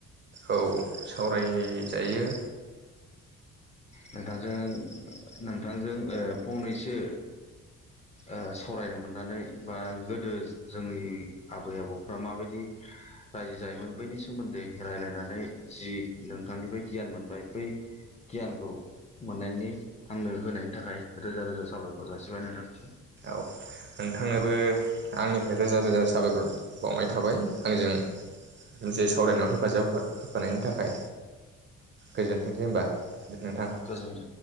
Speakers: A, on the right; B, on the left.
A: औ सावरायजायो
B: नोंथां जों नोंथांजों ओ फंनैसो ओ सावरायनो मोननानै बा गोदो जोंनि आबै आबौफ्रा माबायदि रायजो जायोमोन बैनि सोमोन्दै रायजलायनानै जि नोंथांनिफ्राय गियान मोनबाय बै गियानखौ मोननायनि आंनो होनायनि थाखाय रोजा रोजा साबायखर जासिबाय नोंथांसि
A: औ नोंथांनोबो आंनिफ्राय रोजा रोजा साबायखर बावनाय थाबाय आंजों मोनसे सावरायनायाव हेफाजाब होफानायनि थाखाय गोजोनथोंसै होनबा नोंथां
B: गोजोन्थों